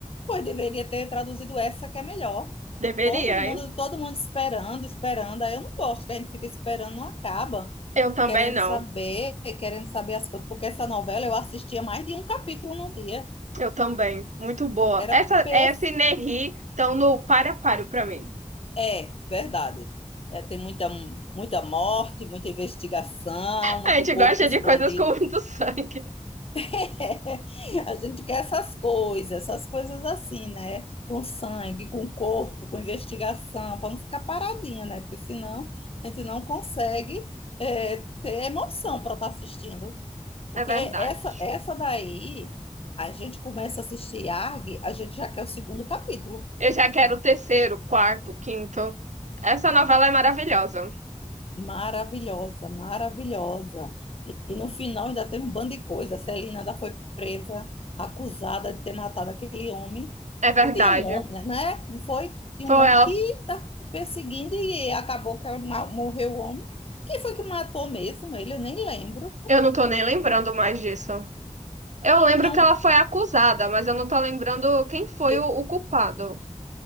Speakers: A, on the left; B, on the right.
A: Pois deveria ter traduzido essa que é melhor.
B: Deveria,
A: Todo mundo,
B: hein?
A: todo mundo esperando, esperando. Aí eu não gosto que a gente fica esperando, não acaba.
B: Eu também
A: E querendo
B: não.
A: saber, e querendo saber as coisas. Porque essa novela eu assistia mais de um capítulo no dia.
B: Eu também. Muito boa.
A: Era
B: Essa,
A: perf...
B: essa e Nerri estão no páreo a páreo pra mim.
A: É, verdade. É, tem muita, muita morte, muita investigação, muito
B: A gente
A: corpo
B: gosta
A: escondido.
B: de coisas com muito sangue,
A: <laughs> A gente quer essas coisas, essas coisas assim, né? Com sangue, com corpo, com investigação, para não ficar paradinha, né? Porque senão a gente não consegue é, ter emoção para estar assistindo. Porque
B: é verdade.
A: essa, essa daí, a gente começa a assistir ARG, a gente já quer o segundo capítulo.
B: Eu já quero o terceiro, quarto, quinto. Essa novela é maravilhosa,
A: Maravilhosa, maravilhosa. E no final ainda teve um bando de coisa. A Celina ainda foi presa, acusada de ter matado aquele homem.
B: é verdade.
A: Não tinha um homem, né? Né? Não foi? Tinha
B: Foi
A: um homem
B: ela,
A: que está perseguindo e acabou que ma- morreu o homem. Quem foi que matou mesmo ele? Eu nem lembro.
B: eu não tô nem lembrando mais disso. Eu
A: Que
B: lembro
A: tinha
B: que
A: um.
B: ela foi acusada, mas eu não tô lembrando quem foi
A: Que,
B: o, o culpado.